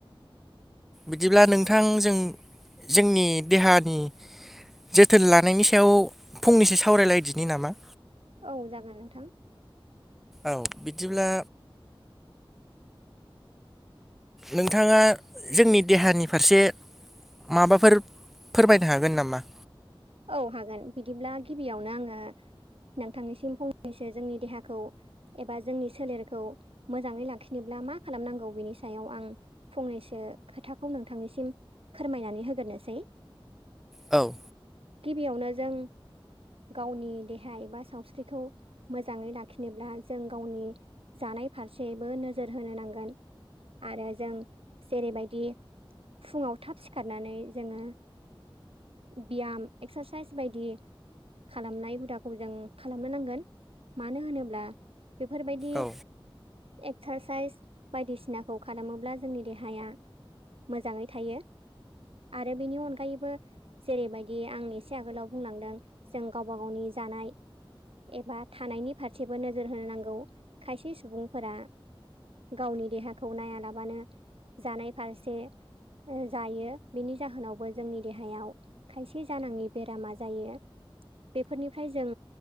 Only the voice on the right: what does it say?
औ जागोन नोंथां।
औ हागोन बिदिब्ला गिबियावनो आङो नोंथांनिसिम फंनैसो जोंनि देहाखौ एबा जोंनि सोलेरखौ मोजाङै लाखिनोब्ला मा खालामनांगौ बिनि सायाव आं फंनैसो खोथाखौ नोंथांनिसिम फोरमायनानै होगोरनोसै
गिबियावनो जों गावनि देहा एबा सावस्रिखौ मोजाङै लाखिनोब्ला जों गावनि जानाय फारसेबो नोजोर होनो नांगोन आरो जों जेरैबायदि फुङाव थाब सिखारनानै जोङो बियाम एक्सारसाइस बायदि खालामनाय हुदाखौ जों खालामनो नांगोन मानो होनोब्ला बेफोरबायदि
एक्सारसाइस बायदिसिनाखौ खालामोब्ला जोंनि देहाया मोजाङै थायो आरो बेनि अनगायैबो जेरैबायदि आं एसे आगोलाव बुंलांदों जों गावबा गावनि जानाय एबा थानायनि फारसेबो नोजोर होनांगौ खायसे सुबुंफोरा गावनि देहाखौ नाया लाबानो जानाय फारसे ओ जायो बिनि जाहोनावबो जोंनि देहायाव बि जानांङि बेरामा जायो बेफोरनिफ्राय जों